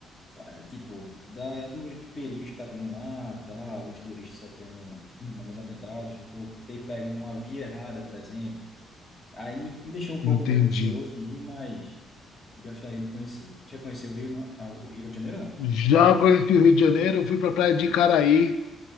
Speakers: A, on the left; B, on the left.
A: fa- é, tipo, da, dos perigos que tá tendo lá, tal, alguns turistas sofrendo hum, alguns atentados por ter pego uma via errada, por exemplo. Aí me, me deixou um
B: entendi.
A: pouco meio receoso de ir, mas Gostaria de conhecer. Já conheceu o Rio, não? Ah, o Rio de Janeiro, não?
B: Já conheci o Rio de Janeiro, eu fui para a praia de Caraí.